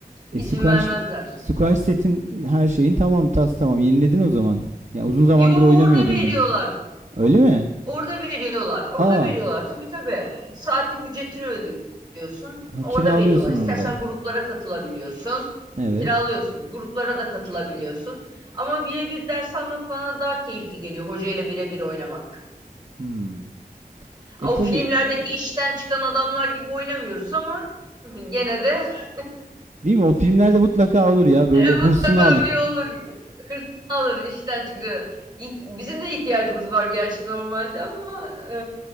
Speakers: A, on the right; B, on the right.
A: E
B: İzin
A: squash
B: vermezler.
A: squash setin her şeyin tamam tas tamam. Yeniledin o zaman. Ya uzun zamandır
B: Yo
A: oynamıyordun
B: orada veriyorlar.
A: bilim. Öyle mi?
B: Orada veriyorlar. Orada
A: Aa,
B: veriyorlar. Tabii tabii. Saatlik ücretini ödüyorsun.
A: ha,
B: Orada
A: kiralıyorsun
B: veriyorlar. İstersen
A: onu da.
B: gruplara katılabiliyorsun.
A: Evet.
B: Kiralıyorsun. Gruplara da katılabiliyorsun. Ama birebir ders almak bana daha keyifli geliyor. Hocayla birebir oynamak.
A: Hmm. E
B: O
A: tabii
B: filmlerdeki işten çıkan adamlar gibi oynamıyoruz ama gene de <laughs>
A: değil mi? O filmlerde mutlaka olur ya böyle
B: mutlaka
A: hırsını alır.
B: bir olur. alır işten çıkacak. İ- Bizim de ihtiyacımız var gerçi normalde ama e,